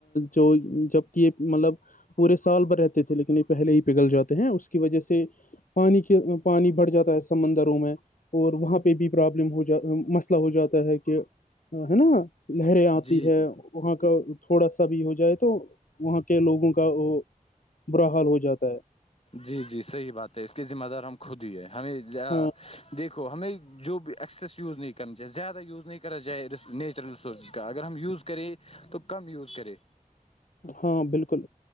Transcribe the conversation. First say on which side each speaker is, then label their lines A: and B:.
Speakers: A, on the left; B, on the left.
A: جو جبک یہ مطلب پورے سال ب رہتے تھے لیکن یہ پہلے ہی پگل جاتے ہیں اس کی وجہ سے پانی کے پانی بھر جاتا ہےسے سمندروں میں اور وہاں پہ بھی پرابلم ہو جا مسئلہ ہو جاتا ہے کہ ہے نا لہریں آتی
B: جی
A: ہے
B: جی
A: وہاں کا تھوڑا سا بھی ہو جائے تو وہاں کے لوگوں کا وہ برا حال ہو جاتا ہے
B: جی جی صحیح بات ہے اس کے ذمہ دار ہم خود ہی ہے ہمیں
A: ہاں
B: دیکھو ہمیں جو بھی ایکسیس یوز نہیں کرنا چاہیے زیادہ یوز نہیں کرنا جائے نیچرل ریسورسز کا اگر ہم یوز کرے تو کم یوز کرے
A: ہاں بالکل